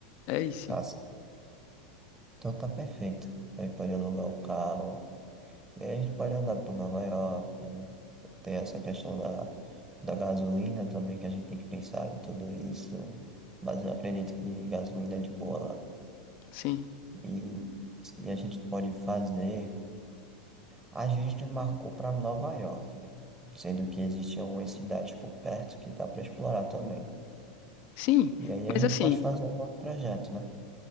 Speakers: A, on the left; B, on the right.
A: É isso.
B: Tá, certo. então tá perfeito. Aí pode alugar o carro. E aí a gente pode andar por Nova York. Tem essa questão da, da gasolina também, que a gente tem que pensar em tudo isso. Mas eu acredito que gasolina é de boa lá.
A: Sim.
B: E, e a gente pode fazer. A gente marcou para Nova York, sendo que existem algumas cidades por perto que dá para explorar também.
A: Sim,
B: E aí
A: mas
B: a gente
A: assim,
B: pode fazer o nosso trajeto, né?